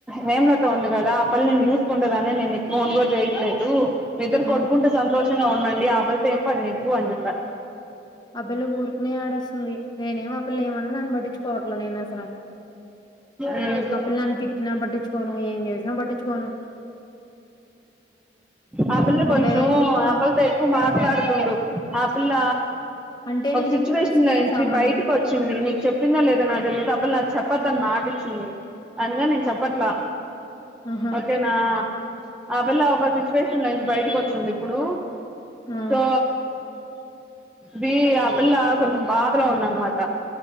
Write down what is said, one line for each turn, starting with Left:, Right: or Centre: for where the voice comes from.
Centre: హేమ్లతో ఉంది కదా, ఆ పిల్ల నిన్ను కుండగానే నేను నీకు ఫోన్ గుడ చేయట్లేదు. మీరు ఇద్దరు
Left: ఆ
Centre: కొట్టుకుంట సంతోషంగా ఉండండి, ఆ పిల్ల తో ఏం పని నీకు అని చెప్పా.
Left: అ బిల్ల ఊరుకనే ఏడుస్తుంది, నేనేమో ఆ పిల్ల ఏమన్న పట్టించుకోవట్లే నేను అసల
Centre: ఉమ్
Left: ఆ పిల్లని తిట్టినా పట్టించుకోను, ఏం చేసినా పట్టించుకోను.
Centre: ఆ పిల్ల
Left: అంటే
Centre: కొంచెం
Left: ఎక్కువ
Centre: అబ్బాయ్ల్తో ఎక్ మాట్లాడుతుండు, ఆ పిల్ల
Left: అంటే
Centre: ఒక
Left: నేను
Centre: సిచ్యువేషన్
Left: ఎక్కువ సీరియస్
Centre: లో నుంచి
Left: అవ్వను
Centre: బయటకు వచ్ చింది నీకు చెప్పిందా లేదో నా తెలియదు, ఆ పిల్ల చెప్పొద్దని మాట ఇచ్చింది, అనగా నేను చెప్పట్లా
Left: ఆహా
Centre: ఓకేనా, ఆ పిల్ల ఒక ఫి సిచువేషన్ లో నుంచి బయటకు వచ్చింది ఇప్పుడు,
Left: ఆ
Centre: సో బీ ఆ పిల్ల కొంచం బాధలో ఉందనమాట.